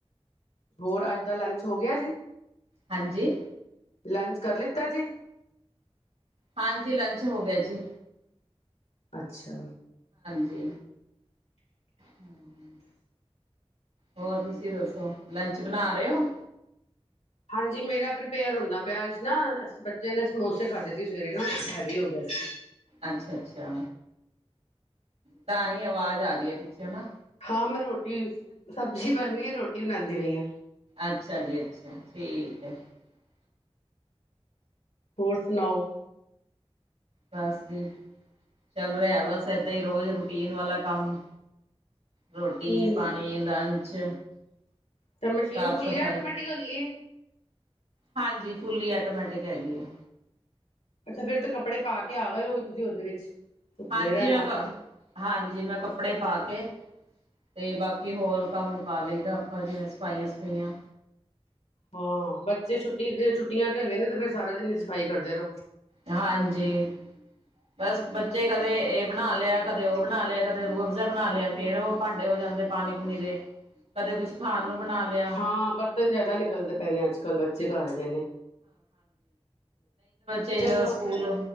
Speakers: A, on the left (about 85°); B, on the right (about 85°).
A: ਹੋਰ ਅੱਜ ਦਾ ਲੰਚ ਹੋ ਗਿਆ ਜੀ।
B: ਹਾਂਜੀ
A: ਲੰਚ ਕਰ ਲੀ। ਕਦੇੇ।
B: ਹਾਂਜੀ, ਲੰਚ ਹੋ ਗਿਆ ਜੀ।
A: ਅੱਛਾ।
B: ਜੀ। ਹੂੰ। ਹੋਰ ਤੁਸੀਂ ਦੱਸੋ ਲੰਚ ਬਣਾ ਰਹੇ ਹੋ?
A: ਹਾਂਜੀ ਮੇਰਾ ਪ੍ਰੀਪੇਅਰ ਹੁੰਦਾ ਪਿਆ। ਨਾ ਬੱਚਿਆਂ ਨੇ ਸਮੋਸੇ ਥੇ ਖਾਧੇ ਸੀ ਸਵੇਰੇ ਨਾ ਹੈਵੀ ਹੋ ਗਿਆ ਸੀ।
B: ਅੱਛਾ, ਅੱਛਾ। ਤਾਂ ਹੀ ਆਵਾਜ਼ ਆ ਰਹੀ ਹੈ ਪਿੱਛੇ ਹਨਾ।
A: ਹਾਂ, ਮੈਂ ਰੋਟੀ ਸਬਜ਼ੀ ਬਣ ਗਈ ਰੋਟੀ ਬਣ ਦੀ ਪਈ ਐ।
B: ਅੱਛਾ ਜੀ ਅੱਛਾ <unintelligible>
A: ਹੋਰ ਸੁਣਾਓ?
B: ਬਸ ਜੀ ਚੱਲ ਰਿਹਾ, ਬਸ ਏਦਾਂ ਹੀ ਰੋਜ਼ ਰੂਟੀਨ ਵਾਲਾ ਕੰਮ। ਰੋਟੀ,
A: ਹਮ
B: ਪਾਣੀ, ਲੰਚ।
A: ਤਾਂ ਮਸ਼ੀਨ
B: ਸਾਫ਼
A: ਫੁੱਲੀ
B: ਸਫ਼ਾਈ
A: ਆਟੋਮੈਟਿਕ ਹੈਗੀ ਏ।
B: ਹਾਂਜੀ, ਫੁੱਲੀ ਆਟੋਮੈਟਿਕ ਹੈਗੀ ਐ।
A: ਅੱਛਾ, ਫੇਰ ਤੇ ਕੱਪੜੇ ਪਾ ਕੇ ਆ ਗਏ ਹੋਗੇ ਤੁਸੀਂ ਉਹਦੇ ਵਿੱਚ। ਧੁੱਪਦੇ
B: ਹਾਂਜੀ,
A: ਰਹਿਣ
B: ਮੈਂ
A: ਆਪੇ
B: ਕ ਹਾਂਜੀ ਮੈਂ ਕੱਪੜੇ ਪਾ ਕੇ ਤੇ, ਬਾਕੀ ਹੋਰ, ਕੰਮ ਮੁਕਾ ਲਈਦਾ, ਆਪਾਂ ਜਿਵੇਂ ਸਫਾਈਆਂ- ਸਫੂਈਆ।
A: ਹਾਂ। ਬੱਚੇ ਛੁੱਟੀ ਦੇ, ਛੁੱਟੀਆਂ ਹੈਗੇ ਨੇ ਤੇ, ਫਿਰ ਸਾਰਾ ਦਿਨ ਹੀ ਸਫਾਈ ਕਰਦੇ ਰਹੋ।
B: ਹਾਂਜੀ, ਬਸ ਬੱਚੇ ਕਦੇ ਇਹ ਬਣਾ ਲਿਆ, ਕਦੇ ਉਹ ਬਣਾ ਲਿਆ, ਕਦੇ ਰੂਹ ਅਫਜ਼ਾ ਬਣਾ ਲਿਆ। ਫੇਰ, ਉਹ ਭਾਂਡੇ ਹੋ ਜਾਂਦੇ ਪਾਣੀ- ਪੂਣੀ ਦੇ। ਕਦੇ ਕੁਛ ਖਾਣ ਨੂੰ ਬਣਾ ਲਿਆ
A: ਹਾਂ, ਬਰਤਨ ਜ਼ਿਆਦਾ ਨਿਕਲਦੇ ਪਏਨੇ, ਅੱਜ -ਕੱਲ ਬੱਚੇ ਘਰ ਹੈਗੇ ਨੇ।
B: ਤੇ
A: ਚਲੋ
B: ਜਦੋਂ ਸਕੂਲ